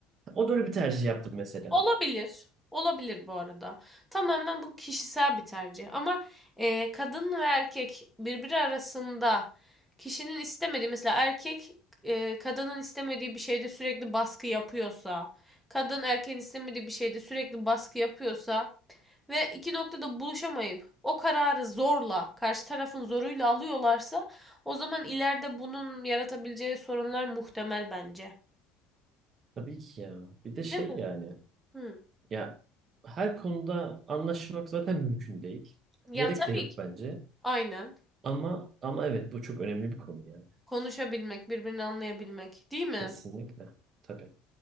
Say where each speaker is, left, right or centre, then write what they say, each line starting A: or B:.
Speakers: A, on the right; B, in the centre.
A: O da öyle bir tercih yaptı mesela.
B: Olabilir. Olabilir bu arada. Tamamen bu kişisel bir tercih. Ama e, kadın ve erkek birbiri arasında kişinin istemediği mesela erkek e, kadının istemediği bir şeyde sürekli baskı yapıyorsa, kadın erkeğin istemediği bir şeyde sürekli baskı yapıyorsa ve iki noktada buluşamayıp o kararı zorla, karşı tarafın zoruyla alıyorlarsa o zaman ileride bunun yaratabileceği sorunlar muhtemel bence.
A: Tabii ki ya. Bir de
B: Değil
A: şey
B: mi?
A: yani.
B: Hı.
A: Ya her konuda anlaşmak zaten mümkün değil.
B: Ya
A: Gerek
B: tabii
A: de yok
B: ki.
A: bence.
B: Aynen.
A: Ama ama evet bu çok önemli bir konu yani.
B: Konuşabilmek, birbirini anlayabilmek, değil mi?
A: Kesinlikle. Tabii.